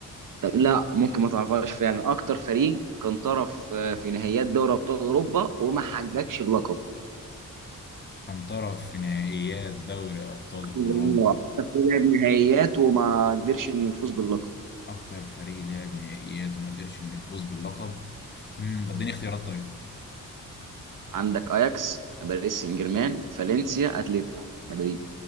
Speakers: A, on the right (about 70°); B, on the left (about 30°).
A: طب لا ممكن ما تعرفهاش فعلا اكتر فريق كان طرف آه، في نهائيات دوري ابطال اوروبا وما حققش اللقب
B: كان طرف في نهائيات دوري أبطال أوروبا
A: الله. اكتر فريق لعب نهائيات وما قدرش انه يفوز باللقب
B: أكتر فريق لعب نهائيات وما قدرش إنه يفوز باللقب مم. طب اديني اختيارات طيب
A: عندك اياكس باريس سان جيرمان فالنسيا اتلتيكو مدريد